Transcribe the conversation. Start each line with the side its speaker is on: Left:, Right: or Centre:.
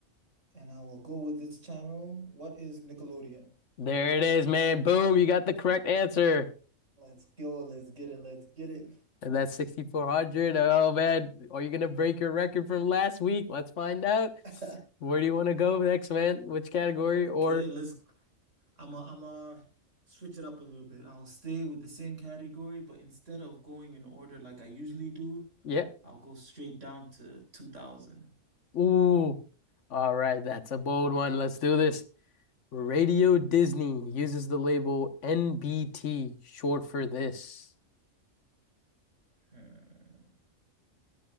Right: And I will go with this channel. What is Nickelodeon?
Left: There it is, man. Boom, you got the correct answer.
Right: Let's go. Let's get it. Let's get it.
Left: And that's 6,400. Oh, man. Are you gonna break your record from last week? Let's find out.
Right: <laughs>
Left: Where do you want to go next, man? Which category?
Right: Okay,
Left: Or,
Right: let's. I'm a, I'm a switch it up a little bit. I'll stay with the same category, but instead of going in order like I usually do,
Left: yeah.
Right: I'll go straight down to 2000.
Left: Ooh. All right. That's a bold one. Let's do this. Radio
Right: Mhm,
Left: Disney uses the label NBT, short for this.
Right: mhm.